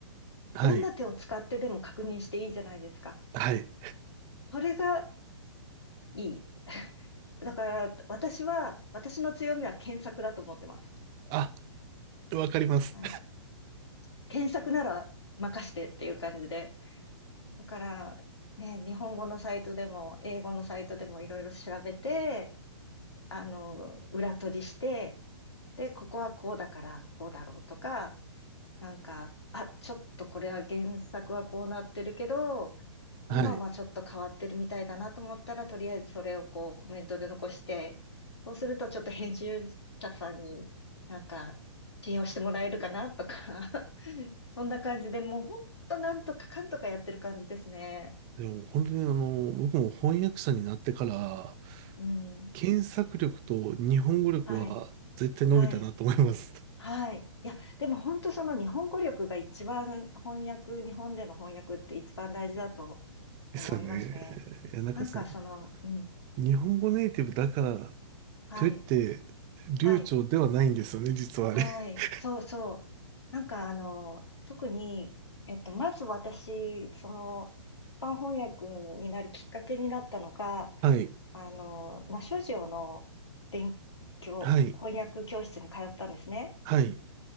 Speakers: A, on the right (about 25°); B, on the left (about 65°).
A: はい。
B: どんな手を使ってでも確認していいじゃないですか。
A: はい。
B: それがいい。<laughs> だから、私は、私の強みは検索だと思ってます。
A: あ、わかります。
B: はい。検索なら任してっていう感じで。だから、ね、日本語のサイトでも、英語のサイトでもいろいろ調べて、あの、裏取りして、で、ここはこうだから、こうだろうとか、なんか、あ、ちょっとこれは原作はこうなってるけど、今はちょっと変わってるみたいだなと思ったら、
A: はい。
B: とりあえずそれをこうコメントで残して、そうするとちょっと編集者さんになんか信用してもらえるかなとか、<laughs> そんな感じでもうほんとなんとかかんとかやってる感じですね。
A: でも本当にあの、僕も翻訳者になってから、
B: うん。
A: 検索力と日本語力は絶対伸びたなと思います。
B: はい。はい。はい。
A: <laughs>
B: いや、でも本当その日本語力が一番翻訳、日本での翻訳って一番大事だと
A: ですよね。
B: 思いますね。
A: いや、なんかその、
B: なんかその、うん、
A: 日本語ネイティブだから、
B: はい、
A: といって、流暢ではないんですよね、
B: はい、
A: 実はあれ。
B: はい、
A: <laughs>
B: そうそう。なんかあの、特に、えっと、まず私、その、出版翻訳になるきっかけになったのが、
A: はい、
B: あの、ナショジオの勉強、
A: はい、
B: 翻訳教室に通ったんですね。
A: はい、